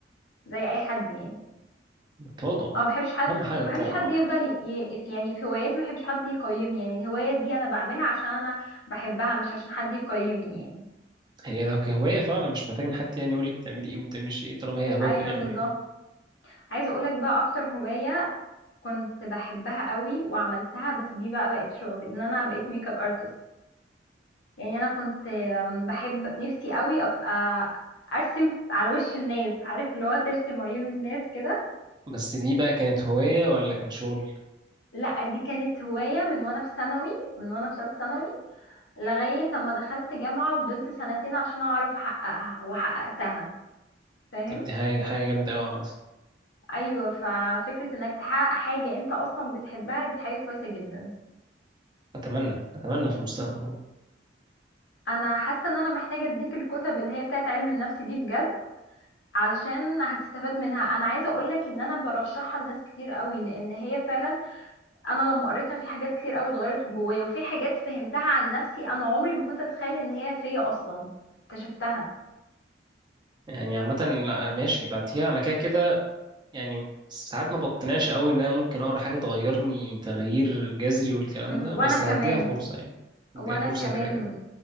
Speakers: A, on the left; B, on the right.
A: زي اي حد يعني
B: التواضع
A: أو ما بحبش حد
B: أهم حاجة التواضع
A: ما بحبش حد يفضل ي... ي- يعني في هواياتي ما بحبش حد يقيمني يعني الهوايه دي انا بعملها عشان انا بحبها مش عشان حد يقيمني يعني
B: هي لو كهواية فعلا مش محتاج إن حد يعني يقولك بتعملي إيه وبتعمليش إيه طالما هي هواية
A: ايوه
B: في الآخر
A: بالظبط
B: يعني
A: عايزه اقولك بقى اكتر هوايه كنت بحبها قوي وعملتها بس دي بقى بقت شغل ان انا بقيت ميك اب ارتست يعني انا كنت أم، بحب نفسي قوي ابقى ارسم على وش الناس عارف اللي هو ترسم عيون الناس كده
B: بس دي بقى كانت هواية ولا كان شغل؟
A: لا دي كانت هواية من وانا في ثانوي من وانا في ثالثه ثانوي لغاية اما دخلت جامعة وفضلت سنتين عشان اعرف احققها وحققتها فاهم
B: طب دي حاجة حاجة جامدة أوي عامة
A: ايوه ففكرة انك تحقق حاجة انت اصلا بتحبها دي حاجة كويسة جدا
B: اتمنى اتمنى في المستقبل والله
A: انا حاسة ان انا محتاجة اديك الكتب اللي هي بتاعت علم النفس دي بجد علشان هتستفاد منها انا عايزة اقولك ان انا برشحها لناس كتير قوي لان هي فعلا انا لما قريتها في حاجات كتير قوي اتغيرت جوايا وفي حاجات فهمتها عن نفسي انا عمري ما كنت اتخيل ان هي فيا اصلا اكتشفتها
B: يعني عامه لا ماشي بعتيها انا كده كده يعني ساعات ما بقتنعش قوي ان انا ممكن اقرا حاجه تغيرني تغيير جذري والكلام
A: أمم،
B: ده بس
A: وانا كمان
B: هديها فرصه يعني هديها
A: وانا
B: فرصه
A: كمان
B: كده كده